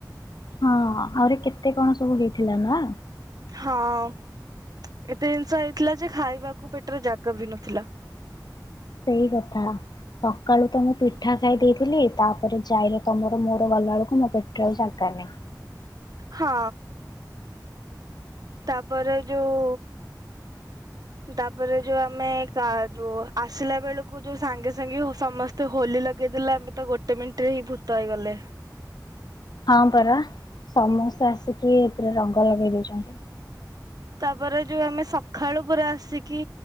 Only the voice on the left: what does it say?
ହଁ ଆହୁରି କେତେ କଣ ସବୁ ହେଇଥିଲା ନା।
ସେଇ କଥା ସକାଳୁ ତ ମୁଁ ପିଠା ଖାଇ ଦେଇଥିଲି। ତାପରେ ଯାଇର ତମର ମୋର ଗଲା ବେଳକୁ ମୋ ପେଟରେ ଆଉ ଜାଗା ନାହିଁ।
ହଁ ପରା ସମସ୍ତେ ଆସିକି ପୁରା ରଙ୍ଗ ଲଗେଇ ଦଉଛନ୍ତି।